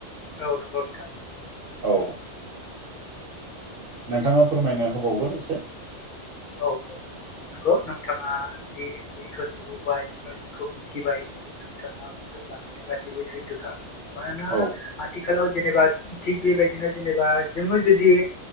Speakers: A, on the left (about 50°); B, on the right (about 55°).
A: औ नंगौ नोंथां
B: औ नोंथाङा फोरमायनो होबागोन एसे
A: औ औ नंगौ नोंथाङा जि जिखौ नुबोबाय बा जिखौ मिथिबाय नोंथाङा बुंलांनाय गासैबो सैथोखा मानोना
B: औ
A: आथिखालाव जेनेबा थिग बेबायदिनो जेनेबा जोङो जुदि